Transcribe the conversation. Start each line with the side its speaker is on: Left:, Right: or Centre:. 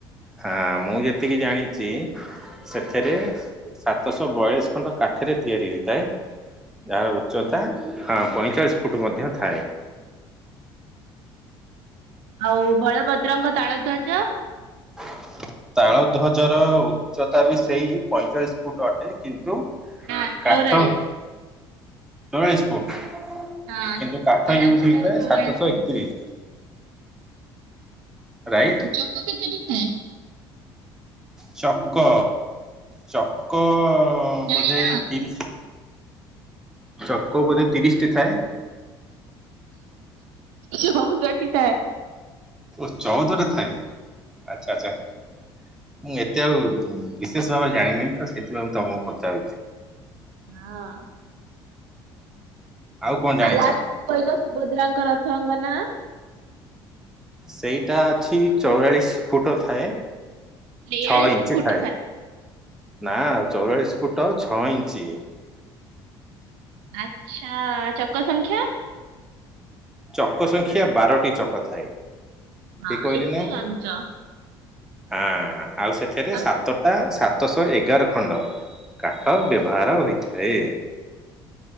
Centre: ହଁ ମୁଁ ଯେତିକି ଜାଣିଛି ସେଥିରେ ସାତଶହ ବୟାଳିଶ ଖଣ୍ଡ କାଠରେ ତିଆରି ହେଇଥାଏ। ଯାହାର ଉଚ୍ଚତା ହଁ ପଇଁଚାଳିଶ ଫୁଟ ମଧ୍ୟ ଥାଏ।
Right: ହଁ ଆଉ ବଳଭଦ୍ରଙ୍କ ତାଳ ଧ୍ୱଜ
Centre: ହ ତାଳ ଧ୍ୱଜର ଉଚ୍ଚତା ବି ସେଇ ପଇଁଚାଳିଶ ଫୁଟ ଅଟେ କିନ୍ତୁ
Right: ନା ଚଉରାଳିଶ
Centre: କାଠ ଚଳିଶ ଫୁଟ।
Right: ହଁ।
Centre: କିନ୍ତୁ କାଠ
Right: ତାଳଧ୍ୱଜର
Centre: ଇଉଜ ହେଇଥାଏ
Right: ଚଉରାଳିଶ
Centre: ସାତଶହ
Right: ଫୁଟ।
Centre: ଏକତିରିଶ। ରାଇଟ୍।
Right: ଚକ କେତେଟି ଥାଏ।
Centre: ଚକ ଚକ
Right: ଜାଣିନ?
Centre: ବୋଧେ ତିରିଶ। ଚକ ବୋଧେ ତିରିଶ ଟି ଥାଏ।
Right: ଚଉଦ ଟି ଥାଏ।
Centre: ଓ ଚଉଦଟା ଥାଏ ଆଚ୍ଛା ଆଚ୍ଛା ମୁଁ ଏତେ ଆଉ ବିଶେଷ ଭାବରେ ଜାଣିନି ତ ସେଥିପାଇଁ ମୁଁ ତମକୁ ପଚାରୁଛି।
Right: ହଁ।
Centre: କଣ ଜାଣିଛ?
Right: ଆଉ ଲାଷ୍ଟ କୁ କହିଲ ସୁଭଦ୍ରାଙ୍କ ରଥ ଙ୍ଗ ନା?
Centre: ସେଇଟା ଅଛି ଚଉରାଳିଶ ଫୁଟ ଥାଏ।
Right: ତେୟାଳିଶ
Centre: ଛଅ ଇଞ୍ଚ
Right: ଫୁଟ
Centre: ଥାଏ ନା ଚଉରାଳିଶ ଫୁଟ ଛଅ ଇଞ୍ଚ।
Right: ଆଛା ଚକ ସଂଖ୍ୟା?
Centre: ଚକ ସଂଖ୍ୟା ବାରଟି ଚକ ଥାଏ।
Right: ହଁ
Centre: ଠିକ କହିଲି
Right: ଏଥିରେ
Centre: ନା
Right: ଜାଣିଚ।
Centre: ହଁ ଆଉ ସେଥିରେ
Right: ତାଙ୍କ
Centre: ସାତ ତା ସାତଶହ ଏଗାର ଖଣ୍ଡ କାଠ ବ୍ୟବହାର ହୋଇଥାଏ।